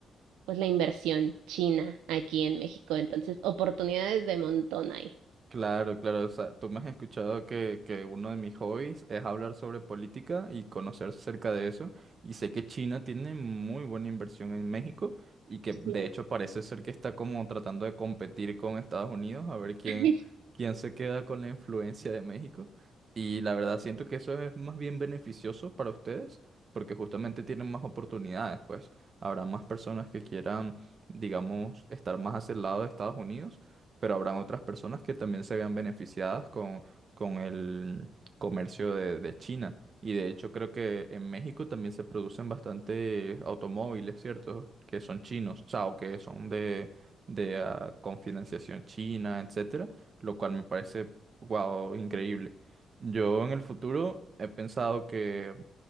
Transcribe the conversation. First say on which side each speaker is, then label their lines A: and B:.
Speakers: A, on the right; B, on the right.
A: pues la inversión china aquí en México. Entonces, oportunidades de montón hay.
B: Claro, claro, o sea, tú me has escuchado que, que uno de mis hobbies es hablar sobre política y conocer acerca de eso. Y sé que China tiene muy buena inversión en México y que
A: Sí.
B: de hecho parece ser que está como tratando de competir con Estados Unidos a ver quién,
A: <laughs>
B: quién se queda con la influencia de México. Y la verdad siento que eso es más bien beneficioso para ustedes porque justamente tienen más oportunidades, pues habrá más personas que quieran, digamos, estar más hacia el lado de Estados Unidos pero habrán otras personas que también se vean beneficiadas con, con el comercio de, de China. Y de hecho creo que en México también se producen bastante automóviles, ¿cierto? Que son chinos, o sea, o que son de, de ah, con financiación china, etcétera, lo cual me parece, wow, increíble. Yo en el futuro he pensado que